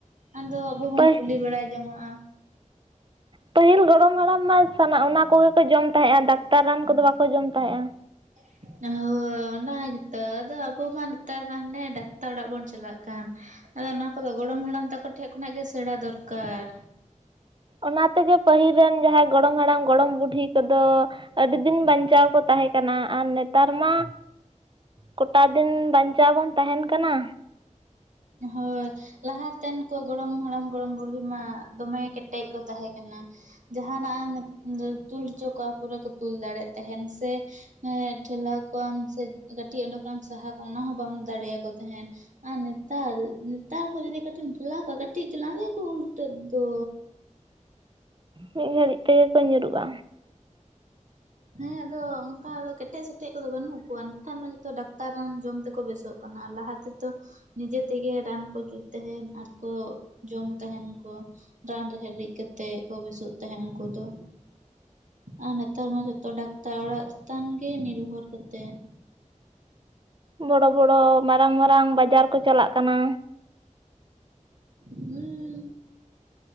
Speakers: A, on the right; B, on the right.
A: ᱟᱫᱚ᱾ ᱟᱵᱚ ᱵᱚᱱ
B: ᱯᱟᱹ
A: ᱠᱩᱞᱤ ᱵᱟᱲᱟ ᱡᱚᱝᱚᱜᱼᱟ᱾
B: ᱯᱟᱹᱦᱤᱞ ᱜᱚᱲᱚᱢ ᱦᱟᱲᱟᱢ ᱢᱟ ᱥᱟᱱᱟ ᱚᱱᱟ ᱠᱚᱜᱮ ᱠᱚ ᱡᱚᱢ ᱛᱟᱦᱮᱸᱜᱼᱟ ᱰᱟᱠᱛᱟᱨ ᱨᱟᱱ ᱠᱚᱫᱚ ᱵᱟᱠᱚ ᱡᱚᱢ ᱛᱟᱦᱮᱸᱜᱼᱟ᱾
A: <unintelligible> ᱚᱱᱟ ᱜᱮᱛᱚ ᱟᱫᱚ ᱟᱵᱚ ᱢᱟ ᱱᱮᱛᱟᱨ ᱢᱟ ᱦᱟᱱᱮ ᱰᱟᱠᱛᱟᱨ ᱚᱲᱟᱜ ᱵᱚᱱ ᱪᱟᱞᱟᱜ ᱠᱟᱱ᱾ ᱟᱫᱚ ᱚᱱᱟ ᱠᱚᱫᱚ ᱜᱚᱲᱚᱢ ᱦᱟᱲᱟᱢ ᱛᱟᱠᱚ ᱴᱷᱮᱡ ᱠᱷᱚᱱᱟᱜ ᱜᱮ ᱥᱮᱬᱟ ᱫᱚᱨᱠᱟᱨ᱾
B: ᱚᱱᱟ ᱛᱮᱜᱮ᱾ ᱯᱟᱹᱦᱤᱞ ᱨᱮᱱ ᱡᱟᱦᱟᱸᱭ ᱜᱚᱲᱚᱢ ᱦᱟᱲᱟᱢ ᱜᱚᱲᱚᱢ ᱵᱩᱰᱷᱤ ᱠᱚᱫᱚ᱾ ᱟᱹᱰᱤ ᱫᱤᱱ ᱵᱟᱧᱪᱟᱣ ᱠᱚ ᱛᱟᱦᱮᱸ ᱠᱟᱱᱟ ᱟᱨ ᱱᱮᱛᱟᱨ ᱢᱟ᱾ ᱠᱚᱴᱟ ᱫᱤᱱ ᱵᱟᱧᱪᱟᱣ ᱵᱚᱱ ᱛᱟᱦᱮᱱ ᱠᱟᱱᱟ᱾
A: ᱦᱳᱭ᱾ ᱞᱟᱦᱟᱛᱮᱱ ᱠᱚ ᱜᱚᱲᱚᱢ ᱦᱟᱲᱟᱢ ᱜᱚᱲᱚᱢ ᱵᱩᱲᱰᱦᱤ ᱢᱟ ᱫᱚᱢᱮ ᱠᱮᱴᱮᱡ ᱠᱚ ᱛᱟᱦᱮᱸ ᱠᱟᱱᱟ᱾ ᱡᱟᱦᱟᱱᱟᱜ ᱛᱩᱞ ᱦᱚᱪᱚ ᱠᱚᱣᱟ ᱯᱩᱨᱟᱹ ᱠᱚ ᱛᱩᱞ ᱫᱟᱲᱮᱭᱟᱜ ᱛᱟᱦᱮᱱ ᱥᱮ᱾ ᱦᱮᱸ ᱴᱷᱮᱞᱟᱣ ᱠᱚᱣᱟᱢ ᱥᱮ ᱠᱟᱹᱴᱤᱡ ᱚᱰᱮᱸ ᱠᱷᱚᱱᱮᱢ ᱥᱟᱦᱟ ᱠᱚᱣᱟ ᱚᱱᱟ ᱦᱚᱸ ᱵᱟᱢ ᱫᱟᱲᱮᱭᱟ ᱠᱚ ᱛᱟᱦᱮᱸᱫ᱾ ᱟᱨ ᱱᱮᱛᱟᱨ ᱱᱮᱛᱟᱨ ᱠᱚ ᱡᱩᱫᱤ ᱠᱟᱹᱴᱤᱡ ᱴᱷᱮᱞᱟᱣ ᱠᱚᱣᱟ ᱠᱟᱹᱴᱤᱡ ᱛᱟᱞᱟᱝ ᱛᱮ ᱜᱮ ᱩᱞᱴᱟᱹᱜ ᱫᱚ᱾
B: ᱢᱤᱫ ᱜᱷᱟᱹᱲᱤᱡ ᱛᱮᱜᱮ ᱠᱚ ᱧᱩᱨᱩᱜᱼᱟ᱾
A: ᱦᱮᱸ ᱟᱫᱚ ᱚᱱᱠᱟ ᱫᱚ ᱠᱮᱴᱮᱡ ᱥᱮᱴᱮᱡ ᱠᱚᱫᱚ ᱵᱟᱹᱱᱩᱜ ᱠᱚᱣᱟ ᱱᱮᱛᱟᱨ ᱢᱟ ᱡᱷᱚᱛᱚ ᱰᱟᱠᱛᱟᱨ ᱨᱟᱱ ᱡᱚᱢ ᱛᱮᱠᱚ ᱵᱮᱥᱚᱜ᱾ ᱠᱟᱱᱟ ᱟᱨ ᱞᱟᱦᱟ ᱛᱮᱫᱚ᱾ ᱱᱤᱡᱮ ᱛᱮᱜᱮ ᱨᱟᱱ ᱠᱚ ᱡᱩᱛ ᱛᱟᱦᱮᱱ ᱟᱨᱠᱚ ᱡᱚᱢ ᱛᱟᱦᱮᱱ ᱠᱚ᱾ ᱨᱟᱱ ᱨᱮᱦᱮᱫ ᱨᱤᱫ ᱠᱟᱛᱮᱜ ᱠᱚ ᱵᱮᱥᱚᱜ ᱛᱟᱦᱮᱸᱫ ᱩᱱᱠᱩ ᱫᱚ ᱟᱨ ᱱᱮᱛᱟᱨ ᱢᱟ ᱡᱚᱛᱚ ᱰᱟᱠᱛᱟᱨ ᱚᱲᱟᱜ ᱪᱮᱛᱟᱱ ᱜᱮ ᱱᱤᱨᱵᱷᱚᱨ ᱠᱟᱛᱮᱫ᱾
B: ᱵᱚᱲᱚ ᱵᱚᱲᱚ ᱢᱟᱨᱟᱝ ᱢᱟᱨᱟᱝ ᱵᱟᱡᱟᱨ ᱠᱚ ᱪᱟᱞᱟᱜ ᱠᱟᱱᱟ᱾
A: ᱦᱩᱸ